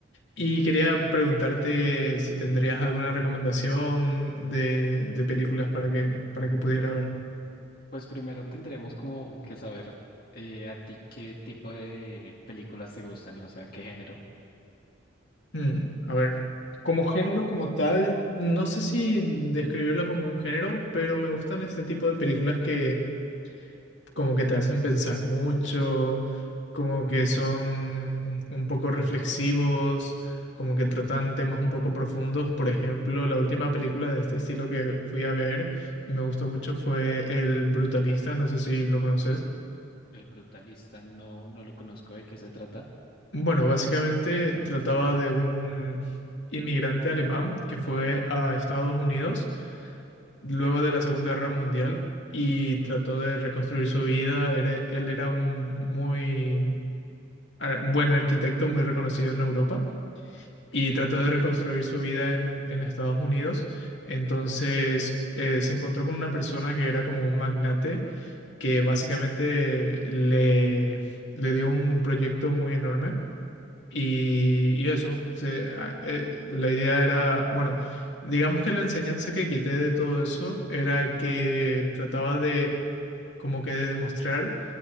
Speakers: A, on the left (about 70°); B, on the left (about 55°).
A: y quería preguntarte si tendrías alguna recomendación de, de películas para que, para que pudiera ver.
B: Pues primero tendremos como que saber eh, a ti qué tipo de películas te gustan, o sea, qué género.
A: Mm, a ver, como género como tal, no sé si describirlo como un género, pero me gustan este tipo de películas que como que te hacen pensar mucho, como que son un poco reflexivos, como que tratan temas un poco profundos. Por ejemplo, la última película de este estilo que fui a ver y me gustó mucho fue El Brutalista, no sé si lo conoces.
B: El brutalista no, no lo conozco de qué se trata.
A: Bueno, básicamente trataba de un inmigrante alemán que fue a Estados Unidos luego de la Segunda Guerra Mundial y trató de reconstruir su vida. Era- él era un muy ar- buen arquitecto, muy reconocido en Europa, y trató
B: Ok,
A: de reconstruir su vida en, en Estados Unidos. Entonces, eh, se encontró con una persona que era como un magnate, que básicamente le, le dio un proyecto muy enorme y, y eso, se- a- eh, la idea era, bueno, digamos que la enseñanza que quité de todo eso era que trataba de, como que de demostrar